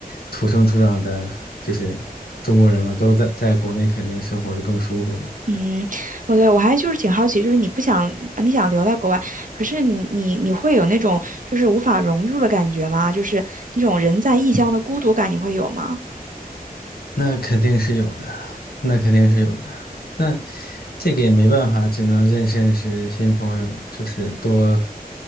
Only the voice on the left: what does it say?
土生土长的，就是中国人嘛，都在在国内肯定生活是更舒服的。
那肯定是有的，那肯定是有的，但这个也没办法，只能认识认识新朋友，就是多，